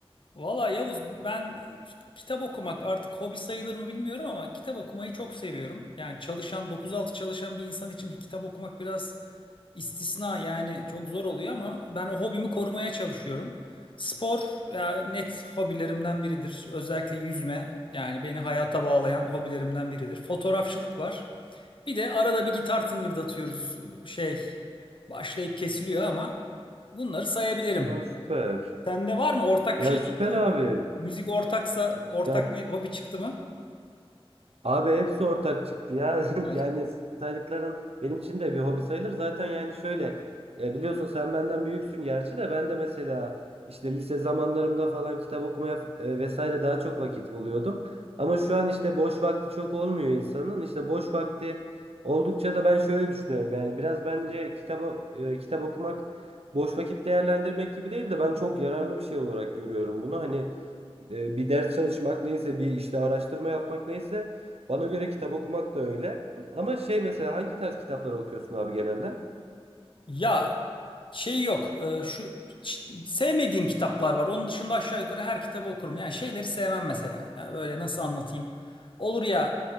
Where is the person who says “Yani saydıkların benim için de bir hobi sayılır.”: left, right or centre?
Right